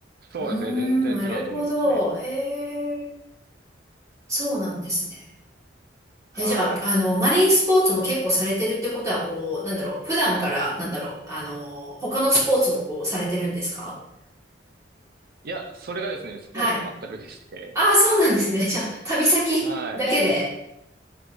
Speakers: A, on the right; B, on the right.
A: そうですね、
B: うーん、
A: 全然違うと思いますね。
B: なるほど。へえ、そうなんですね。
A: はい。
B: え、じゃあ、あの、マリンスポーツも結構されてるってことは、こう、なんだろう、普段から、なんだろう、あの、他のスポーツもこう、されてるんですか
A: いや、それがですね、スポーツ全くでして、
B: はい。ああ、そうなんですね。じゃあ、旅先だけで。
A: はい。